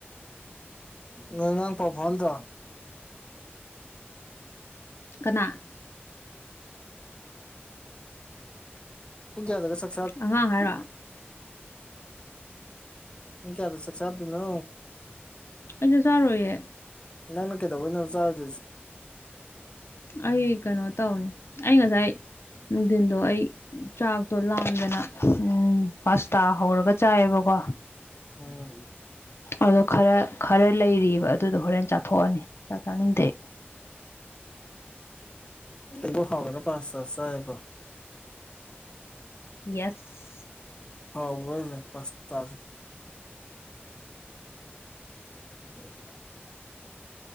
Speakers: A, on the left; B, on the left.
A: ꯉ ꯉꯥꯡ ꯄꯥꯎꯐꯥꯎꯅꯗꯣ
B: ꯀꯅꯥ
A: ꯄꯨꯡ ꯀꯌꯥꯗꯒ ꯆꯠ
B: ꯑꯉꯥꯡ ꯍꯥꯏꯔꯣ
A: ꯄꯨꯡ ꯀꯌꯥꯗ ꯆꯛꯆꯥꯗꯣꯏꯅꯣ
B: ꯑꯩꯆꯥꯛ ꯆꯥꯔꯣꯏꯌꯦ
A: ꯅꯪꯅ ꯀꯩꯗꯧꯕꯩꯅꯣꯕ ꯆꯥꯔꯣꯏꯗꯣꯏꯁꯦ
B: ꯑꯩ ꯀꯩꯅꯣ ꯇꯧꯅꯤ ꯑꯩ ꯉꯁꯥꯏ ꯅꯨꯡꯊꯤꯟꯗꯣ ꯑꯩ ꯆꯥꯛꯇꯣ ꯂꯥꯝꯗꯅ ꯎꯝ ꯄꯥꯁꯇꯥ ꯍꯧꯔꯒ ꯆꯥꯏꯌ‌ꯦꯕꯀꯣ
A: ꯎꯝ
B: ꯑꯗꯣ ꯈꯔ ꯈꯔ ꯂꯩꯔꯤꯕ ꯑꯗꯨꯗꯣ ꯍꯣꯔꯦꯟ ꯆꯥꯊꯣꯛꯑꯅꯤ ꯆꯥꯛ ꯆꯥꯅꯤꯡꯗꯦ
A: ꯎꯝ ꯀꯩꯗ ꯍꯥꯎꯗꯅ ꯄꯥꯁꯇꯥ ꯆꯥꯏꯕ
B: ꯌꯦꯁ
A: ꯍꯥꯎꯕ꯭ꯔ‌ꯣ ꯍꯥꯏꯖ ꯄꯥꯁ ꯇꯥꯖ‌ꯦ <inaudible>